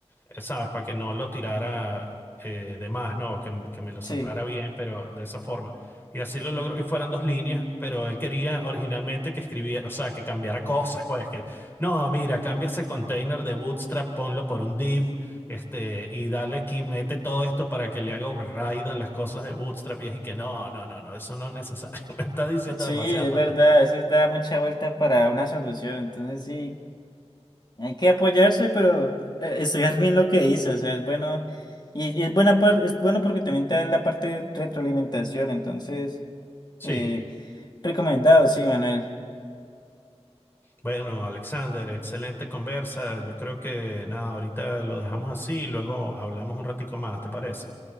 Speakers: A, on the left; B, on the left.
A: eh, ¿sabes? Para que no lo tirara eh, de más, no, que, m- que me lo centrara
B: sí,
A: bien, pero de esa forma. Y así lo logró, y fueron dos líneas, pero él quería originalmente que escribiera, o sea, que cambiara cosas, pues, que, no, mira, cambia ese container de Bootstrap, ponlo por un div, este, y dale aquí, mete todo esto para que le haga override a las cosas de Bootstrap, y es y que no, no, no, no, eso no es necesario, <laughs> me está diciendo
B: sí,
A: demasiada
B: es
A: tontería.
B: verdad. A veces da mucha vuelta para una solución. Entonces sí. Hay que apoyarse, pero eh, estudiar bien lo que dice, o sea, es bueno, y, y es buena par- es bueno porque también te da la parte de retroalimentación, entonces,
A: Sí.
B: eh, recomendado, sí, Manuel.
A: Bueno, Alexander, excelente conversa. Yo creo que nada, ahorita lo dejamos así y luego hablamos un ratico más, ¿te parece?